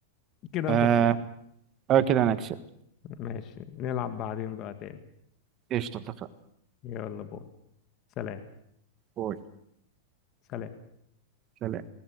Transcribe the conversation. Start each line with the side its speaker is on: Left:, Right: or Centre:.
Left: كده انت
Right: آه,
Left: كسبت
Right: آه كده انا كسبت
Left: ماشي نلعب بعدين بقى تاني
Right: قشطة اتفقنا
Left: يلا باي سلام
Right: باي.
Left: سلام
Right: سلام